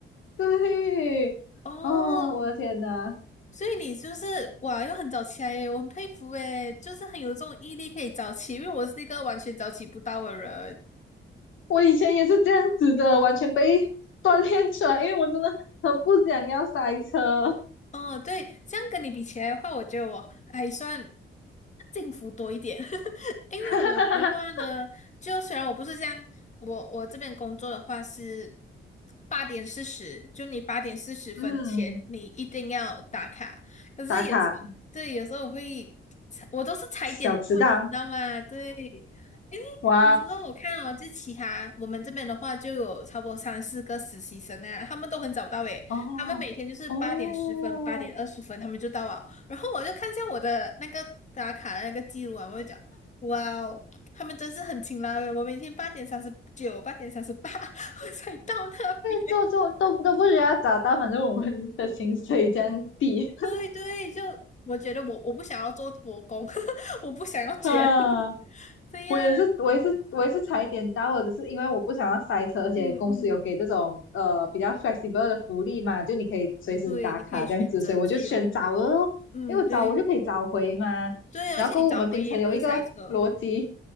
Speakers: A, on the left; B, on the left.
A: 对，
B: 哦，
A: 哦，我的天呐，
B: 所以你就是哇，又很早起来耶，我很佩服诶，就是很有这种毅力可以早起，因为我是一个完全早起不到的人。
A: 我以前也是这样子的，完全被锻炼出来，因为我真的很不想要塞车，
B: 哦，对，这样跟你比起来的话，我觉得我还算幸福多一点，<laughs> 因为我的话呢，
A: <laughs>
B: 就虽然我不是这样，我我这边工作的话是八点四十，就你八点四十分前你一定要打卡，
A: 嗯，
B: 可是有时候对，
A: 打卡
B: 有时候我会踩，我都是踩点问，
A: 小迟到，
B: 你知道吗？对，因为有时候我看哦，
A: 哇，
B: 就其他我们这边的话就有差不多三四个实习生啊，他们都很早到诶。
A: 哦哦，
B: 他们每天就是八点十分、八点二十分，他们就到了。然后我就看一下我的那个打卡的那个记录啊，我就讲，哇哦，他们真是很勤劳耶！我每天八点三十九、八点三十八 <laughs> 我才到那边。
A: 做做都都不需要找到，反正我们的薪水这样低
B: 对对，就我觉得我我不想要做国公，<laughs> 我不想要卷，
A: <laughs> 啊，
B: <laughs> 这样，
A: 我也是，我也是，我也是踩点到了，只是因为我不想要塞车，而且公司有给这种呃比较
B: 嗯嗯，
A: flexible 的福利嘛，就你可以随时打卡这样子，
B: 对，你可以选择自由，
A: 所以我就选早了咯因为我早我就可以早回嘛。
B: 嗯，对对，
A: 然后跟我们槟城有一个逻辑，
B: 而且你早回也不会塞车，